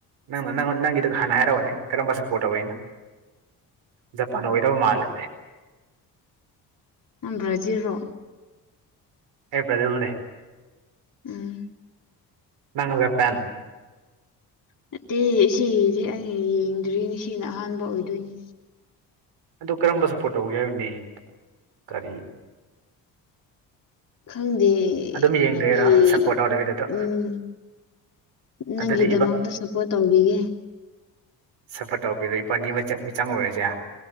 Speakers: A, on the right (about 70°); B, on the left (about 45°).
A: ꯅꯪꯅ ꯅꯪ ꯅꯪꯒꯤꯗꯨ ꯍꯥꯟꯅ ꯍꯥꯏꯔꯛꯑꯣꯅꯦ ꯀꯔꯝꯕ ꯁꯞꯄꯣꯔꯠ ꯇꯧꯧꯕꯩꯅꯣ ꯖꯄꯥꯟ ꯑꯣꯏꯗꯕ ꯃꯥꯜꯂꯦ
B: ꯭ꯔꯖꯤꯜꯣ
A: ꯑꯦ ꯄ꯭ꯔꯖꯜꯅꯦꯦ
B: ꯎꯝ
A: ꯅ ꯄꯦꯟ
B: ꯅꯠꯇꯦ ꯏꯗꯤ ꯑꯩ ꯌꯦꯡꯗ꯭ꯔꯤ ꯉꯁꯤꯅ ꯑꯍꯥꯟꯕ ꯑꯣꯏꯗꯣꯏꯅꯤ
A: ꯑꯗꯨ ꯀꯔꯝꯕ ꯁꯞꯄꯣꯔꯠ ꯇꯧꯒꯦ ꯍꯥꯏꯕꯅꯦ ꯀꯔꯤ
B: ꯈꯪꯗꯦ
A: ꯑꯗꯨꯝ ꯌꯦꯡꯗꯣꯏꯔꯥ
B: ꯅꯪꯒꯤ
A: ꯁꯞꯄꯣꯔꯠ ꯇꯧꯗꯕꯤꯗ ꯑꯗꯣ
B: ꯎꯝ ꯅꯪꯒꯤꯗꯃꯛꯇ
A: ꯑꯗꯨꯗꯤ
B: ꯁꯞꯄꯣꯔꯠ ꯇꯧꯕꯤꯒꯦ
A: ꯁꯄꯣꯠ ꯇꯧꯕꯤꯔꯣ ꯏꯕꯥꯅꯤ ꯃꯤꯆꯪ ꯑꯣꯏꯔꯁꯦ